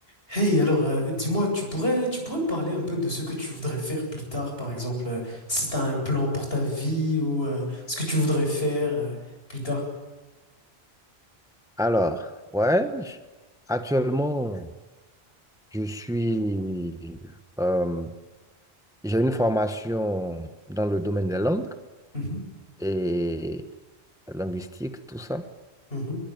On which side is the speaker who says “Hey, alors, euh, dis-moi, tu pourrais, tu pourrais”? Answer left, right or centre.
Left